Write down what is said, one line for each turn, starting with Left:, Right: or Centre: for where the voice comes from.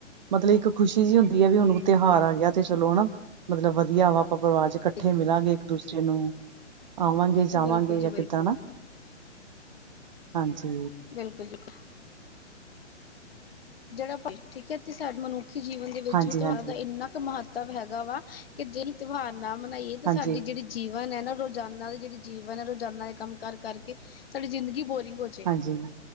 Right: ਮਤਲਬ ਇੱਕ ਖੁਸ਼ੀ ਜਿਹੀਂ ਹੁੰਦੀ ਹੈ ਵੀ ਹੁਣ ਤਿਉਹਾਰ ਆ ਗਿਆ ਤੇ ਚਲੋ ਹੈਨਾ, ਮਤਲਬ ਵਧੀਆ ਵਾ ਆਪਾਂ ਪਰਿਵਾਰ 'ਚ ਇਕੱਠੇ
Left: ਹਾਂਜੀ,
Right: ਮਿਲਾਂਗੇ ਇੱਕ ਦੂਸਰੇ ਨੂੰ ਆਵਾਂਗੇ, ਜਾਵਾਂਗੇ
Left: ਬਿਲਕੁਲ ਜੀ
Right: ਜਾਂ
Left: ਬਿਲਕੁਲ,
Right: ਕਿੱਦਾਂ ਨਾ, ਹਾਂਜੀ
Left: ਬਿਲਕੁਲ, ਬਿਲਕੁਲ ਜਿਹੜਾ ਠੀਕ ਹੈ ਤੇ ਸਾਡੇ ਮਨੁੱਖੀ ਜੀਵਨ ਦੇ ਵਿੱਚ
Right: ਹਾਂਜੀ
Left: ਵੀ, ਤਿਉਹਾਰ
Right: ਹਾਂਜੀ
Left: ਦਾ ਇੰਨਾ ਕੁ ਮਹੱਤਵ ਮਤਲਬ ਹੈਗਾ ਵਾ, ਕਿ ਜੇ ਅਸੀਂ ਤਿਉਹਾਰ ਨਾ ਮਨਾਈਏ ਤਾਂ
Right: ਹਾਂਜੀ
Left: ਸਾਡੀ ਜਿਹੜੀ ਜੀਵਨ ਹੈ, ਨਾ ਰੋਜ਼ਾਨਾ ਦੇ ਜਿਹੜੇ ਜੀਵਨ ਹੈ, ਰੋਜ਼ਾਨਾ ਦੇ ਕੰਮ ਕਾਰ ਕਰਕੇ ਸਾਡੀ ਜ਼ਿੰਦਗੀ ਬੋਰਿੰਗ ਹੋ ਜੋ,
Right: ਹਾਂਜੀ